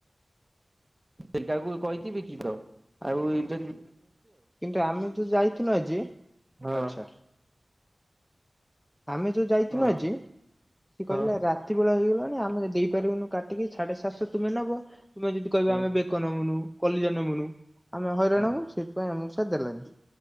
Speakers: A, on the right; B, in the centre.
A: ସେଇଟାକୁ କହିକି ବିକିଦବ। ଆଉ ଯଦି
B: କିନ୍ତୁ ଆମେ ଯୋଉ ଯାଇଥିଲୁ ଆଜି,
A: ହଁ
B: ଆଚ୍ଛା। ଆମେ ଯୋଉ ଯାଇଥିଥିଲୁ
A: ହଁ
B: ଆଜି ସିଏ
A: ହଁ।
B: କହିଲା ରା ରାତିବେଳା ହେଇଗଲାଣି ଆମେ ଦେଇପାରିବୁନୁ କାଟିକି ସାଢେ ସାତଶହ ତୁମେ ନବ। ତୁମେ ଯଦି କହିବ
A: ହୁଁ
B: ଆମେ ବେକ ନେମୁନୁ କଲିଜା ନେମୁନୁ ଆମେ ହଇରାଣୁ
A: ହୁଁ
B: ସେଥିପାଇଁ ଆମକୁ ସେ ଦେଲାନି।